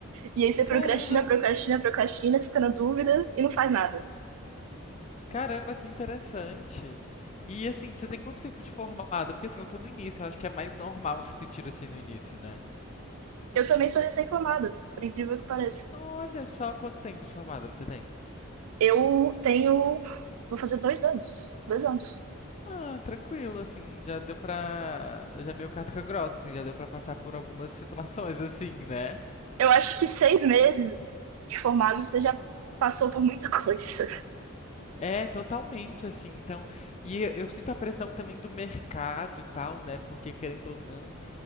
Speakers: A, on the right; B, on the left.
A: E aí você procrastina,
B: Caramba,
A: procrastina, procrastina, fica na dúvida e não faz nada.
B: caramba, que interessante. E assim, você tem quanto tempo de formada? Porque assim, eu tô no início, eu acho que é mais normal se sentir assim no início, né?
A: Eu também sou recém-formada, por incrível que pareça.
B: Olha só quanto tempo de formada você tem.
A: Eu tenho. Vou fazer dois anos. Dois anos.
B: Ah, tranquilo, assim, já deu pra. Já é meio casca grossa, assim, já deu pra passar por algumas <laughs> situações, assim, né?
A: Eu acho que seis meses de formado você já passou por muita <laughs> coisa,
B: É, totalmente, assim, então, e eu eu sinto a pressão também do mercado e tal, né, porque querendo ou não,